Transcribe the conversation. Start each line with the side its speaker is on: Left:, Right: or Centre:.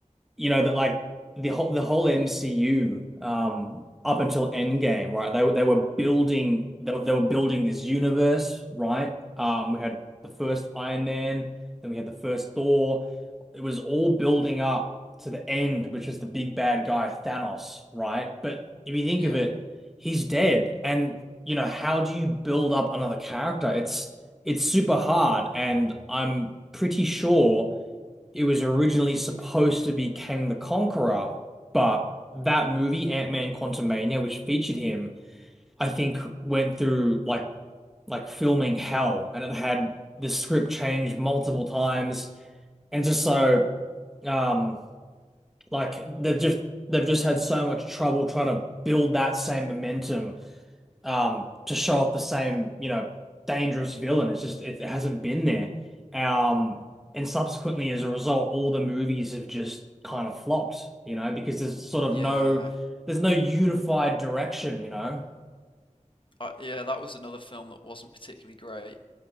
Centre: you know that like the whole the whole MCU um up until Endgame, right? They were they were building they, they were building this universe, right? Um, we had the first Iron Man, then we had the first Thor. It was all building up to the end, which is the big bad guy Thanos, right? But if you think
Left: Yeah,
Centre: of it, he's dead, and you know how do you build up another character? It's it's super hard, and I'm pretty sure it was originally supposed to be Kang the Conqueror, but that movie, Ant-Man Quantumania, which featured him, I think went through like like filming hell and it had the script changed multiple times and just so um like they've just they've just had so much trouble trying to build that same momentum um to show off the same, you know, dangerous villain. It's just it, it hasn't been there. Um and subsequently as a result, all the movies have just kind of flopped, you know, because there's sort of
Left: yeah,
Centre: no there's no unified direction, you know.
Left: uh, yeah. That was another film that wasn't particularly great,